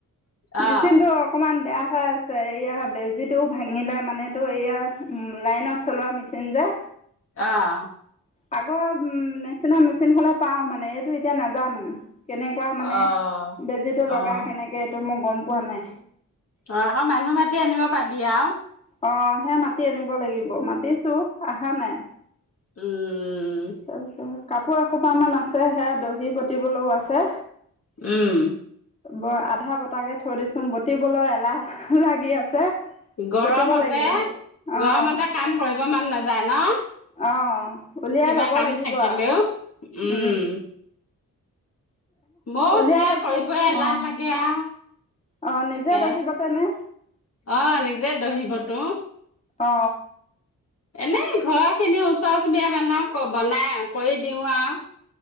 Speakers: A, on the left; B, on the left.
A: আৰু
B: মেচিন টো অকমান বেয়া বেয়া হৈ আছে এয়া বেজিটো ভাঙিলে মানেতো এয়া উম লাইনত চলোৱা মেচিন যে
A: আহ
B: আগৰ উম নিচিনা মেচিন হলে পাও মানে এইটো এতিয়া নাজানো কেনেকুৱা
A: অ',
B: মানে বেজিটো
A: অ',
B: লগাই কেনেকে এইটো মোৰ গম পোৱা নাই
A: অ আকৌ মানুহ মাতি আনিব পাবি আও
B: অ সে মাতি আনিব লাগিব মাতিছো অহা নাই
A: উম
B: তাৰপিছত কাপোৰ এসোপাৰ মান আছে সেয়া দহি বতিবলৈও আছে
A: উম
B: ব আধা বতাকে থৈ দিছো বাটিবলৈ এলাহ লাগি আছে
A: গৰমতে
B: বটিব লাগিব অঁ
A: গৰমতে কাম কৰি মন নাযায় ন
B: অঁ উলিয়াই
A: কিবা
B: ল'ব
A: কাম
B: লাগিব
A: থাকিলেও
B: আৰু
A: উম বৰ
B: উলিয়াই
A: সেয়া
B: ল'ব
A: কৰিবই এলাহ
B: অঁ
A: লাগে আৰু
B: অঁ নিজে
A: তাকে
B: দহি বাতেনে
A: অ নিজে দহিবাতো
B: অ
A: এনে ঘৰ খিনিৰ ওচৰ চুবুৰীয়া মানুহক বনাই কৰি দিওঁ আৰু